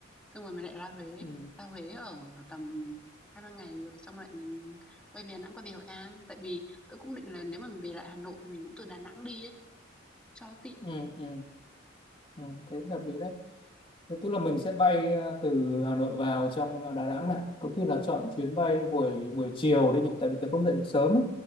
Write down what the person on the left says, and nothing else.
ừ
ừ ừ ừ thế là hợp lý đấy Thế tức là mình sẽ bay ờ, từ Hà Nội vào trong Đà Nẵng này có khi là chọn chuyến bay buổi buổi chiều đi nhỉ tại vì tớ không dậy được sớm ấy,